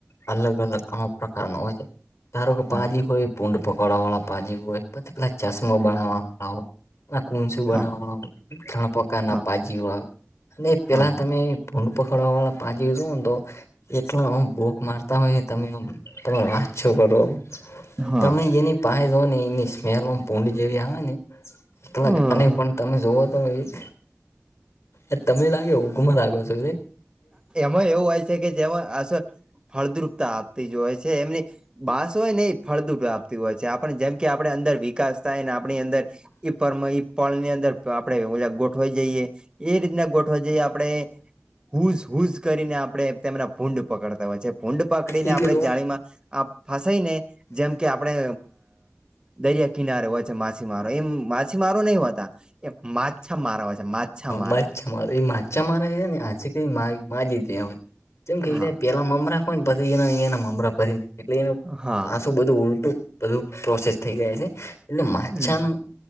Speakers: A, on the left; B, on the right.
A: અલગ અલગ અમ પ્રકાર ન હોય છે ધારો કે પાાજી
B: હા
A: હોય પૂડ પકડવા વાળા પાાજી હોય પછી પેલા ચશ્મા બનાવા વાળ હોય ના કુ શું બનાવવાણપકાર
B: હા
A: ના
B: હા
A: પાજી વા અને પેલા
B: હા હા.
A: તમે ભૂડ પકડવા વાળા પાંજ જોો ને તો એટલા હ ભોક માર તમે તમે તમારો વાંચ છો કરો
B: હા
A: તમે એની પાયો ને એની સ્લ પડી જેવી આવે ને એટલા
B: હમ
A: પણ તમે જુવઓ તો એ જ એ તમને લાગે હું ગુમ લાગ્યો છું
B: સમય એવું હોય છે કે જેમાં અસર ફળદ્રુપતા આપતી જ હોય છે એમની બાસ હોય ને એ ફળદું પ્રપતી હોય છે આપને જેમ કે આપણે અંદર વિકાસ થાય ને આપણી અંદર પર ઈ પળ ની અંદર આપણેે ગોઠવા જઈએ એ રીતના ગોઠવા જઈએ આપણે હુઝ હુઝ કરીને આપડે તેમના ભૂંડ પકડતા ફૂડ પકડીને
A: એ
B: આપણે
A: પેલું
B: જાણીમાં ફસાઈને જેમ કે આપણે દરિયા કિનારે હોય છે માછીમારો એમ માછીમારો નહ હોતા એ માછા મારા હોય છે માછા મારા
A: માચ્છા એ માચા મારા ને આજે કઈ મા મા જતે જેમ કહી
B: હા
A: ર પેલા મમરા પમ પ એટલે એ
B: હા
A: પાછું બધું ઉલટું બધું પ્રોસેસ થઈ જાય છે એટલે માછાનું
B: હમ